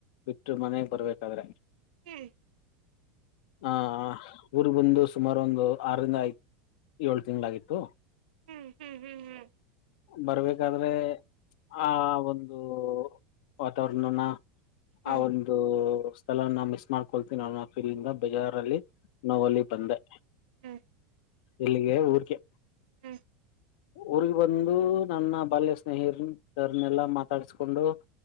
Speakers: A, on the left; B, on the right.
A: ಬಿಟ್ಟು ಮನೆಗ್ ಬರ್ಬೇಕಾದ್ರೆ
B: ಹ್ಮ್
A: ಹ ಊರ್ಗ್ ಬಂದು ಸುಮಾರು ಒಂದು ಆರರಿಂದ ಆಯ್ತು ಏಳ್ ತಿಂಗಳಾಗಿತ್ತು
B: ಹ್ಮ್ ಹ್ಮ್ ಹ್ಮ್ ಹ್ಮ್
A: ಬರ್ಬೇಕಾದ್ರೆ ಆ ಒಂದು ವಾತಾವರಣನ
B: ಹ್ಮ್
A: ಆ
B: ಹ್ಮ್
A: ಒಂದು ಸ್ಥಳ ನ ಮಿಸ್ ಮಾಡ್ಕೊಳ್ತೀನಿ ನ ಫೀಲ್ಂದ ಬೇಜಾರ್ಲ್ಲಿ ನೋವಲಿ ಬಂಧೇ
B: ಹ್ಮ್
A: ಇಲ್ಲಿಗೆ ಊರ್ಕೆ
B: ಹ್ಮ್
A: ಊರ್ಗ್ ಬಂದು ನನ್ನ ಬಾಲ್ಯ ಸ್ನೇಹಿರರನೆಲ್ಲಾ ಮಾತಾಡಸ್ಕೊಂಡು